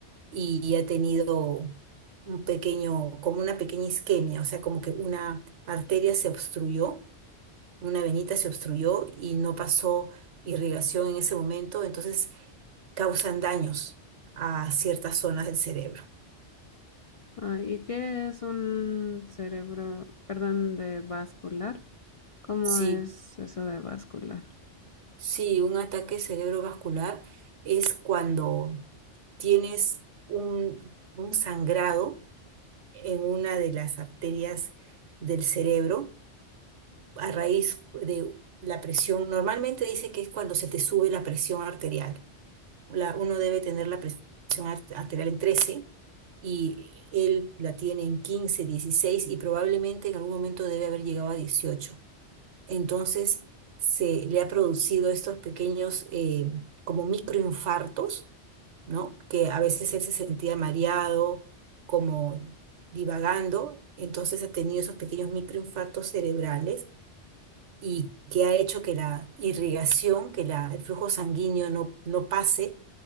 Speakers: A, on the right; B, on the left.
A: y, y ha tenido un pequeño, como una pequeña isquemia, o sea, como que una arteria se obstruyó, una venita se obstruyó y no pasó irrigación en ese momento, entonces causan daños a ciertas zonas del cerebro.
B: Ah, ¿y qué es un cerebro, perdón, de vascular? ¿Cómo
A: Sí,
B: es eso de vascular?
A: sí, un ataque cerebrovascular es cuando tienes un, un sangrado en una de las arterias del cerebro a raíz de la presión. Normalmente dice que es cuando se te sube la presión arterial. La- uno debe tener la presión ar- arterial en 13 y él la tiene en 15, 16 y probablemente en algún momento debe haber llegado a 18. Entonces se le ha producido estos pequeños eh, como microinfartos, ¿no? Que a veces él se sentía mareado, como divagando, entonces ha tenido esos pequeños microinfartos cerebrales y que ha hecho que la irrigación, que la, el flujo sanguíneo no, no pase,